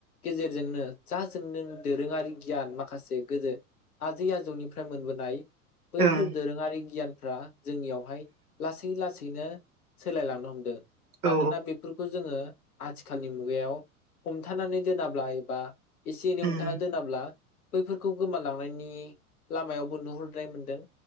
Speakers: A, on the left; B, on the right.
A: गेजेरजोंनो जा जोंदों दोरोङारि गियान माखासे गोजो आजै आजौनिफ्राय मोनबोनाय बैफोर
B: औ ओं
A: दोरोङारि गियान फ्रा जोंनियावहाय लासै लासै दिनो सोलायलांनो हमदो।
B: औ
A: मानोना बेफोरखौ जोङो। आथिखालनि मुगायाव हमथानानै दोनाब्ला एबा एस
B: उम
A: ओ दोनाब्ला। बैफोरखौ गोमालांनायनि लामायावबो नुहुरनाय मोनदों।